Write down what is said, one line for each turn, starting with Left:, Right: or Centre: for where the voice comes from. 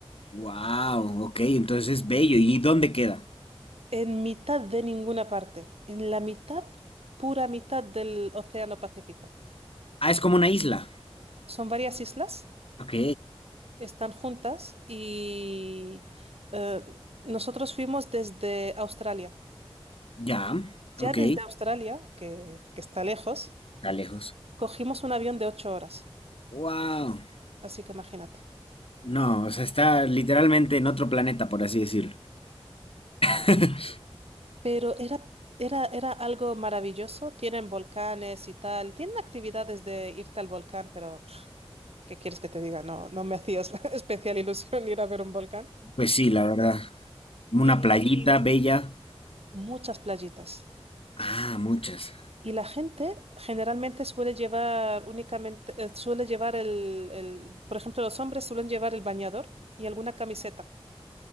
Left: Wow, ok, entonces es bello. ¿Y dónde queda?
Right: En mitad de ninguna parte, en la mitad, pura mitad del Océano Pacífico.
Left: Ah, es como una isla.
Right: Son varias islas,
Left: Ok,
Right: están juntas y eh, nosotros fuimos desde Australia.
Left: ya,
Right: Ya
Left: ok,
Right: desde Australia, que, que está lejos,
Left: está lejos.
Right: cogimos un avión de ocho horas.
Left: Wow,
Right: Así que imagínate.
Left: no, o sea, está literalmente en otro planeta, por así decirlo. <laughs>
Right: Pero era, era, era algo maravilloso. Tienen volcanes y tal. Tienen actividades de irte al volcán, pero pff, ¿qué quieres que te diga? No, no me hacías <laughs> especial ilusión ir a ver un volcán.
Left: Pues sí, la verdad. Una
Right: Y
Left: playita bella.
Right: muchas playitas.
Left: Ah, muchas.
Right: Y la gente generalmente suele llevar únicamente, eh, suele llevar el, el- por ejemplo, los hombres suelen llevar el bañador y alguna camiseta.